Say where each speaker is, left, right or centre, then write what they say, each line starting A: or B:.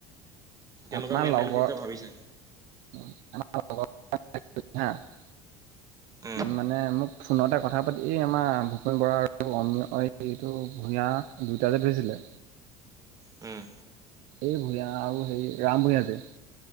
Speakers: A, on the right; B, on the right.
A: তেনেকুৱা
B: আমাৰ
A: মেণ্টেলিটি
B: লগৰ,
A: তই ভাবি চা
B: আমাৰ লগৰ <unintelligible>
A: উম
B: মানে, মোক ফোনতে কথা পাতি, এ, আমাৰ ভূপেন বৰা আৰু অমিয়, এই এইটো, ভূঞা দুয়োটাকে ধৰিছিলে।
A: উম!
B: এই, ভূঞা আৰু হেৰি, ৰাম ভূঞা যে।